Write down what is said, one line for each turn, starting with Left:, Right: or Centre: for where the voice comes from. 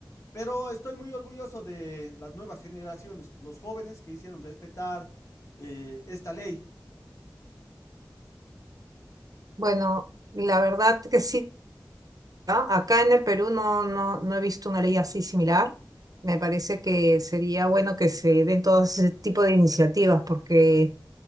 Left: Pero estoy muy orgulloso de las nuevas generaciones, los jóvenes que hicieron respetar eh, esta ley.
Right: Bueno, la verdad que sí, ¿ah? acá en el Perú no, no, no he visto una ley así similar. Me parece que sería bueno que se den todo ese tipo de iniciativas porque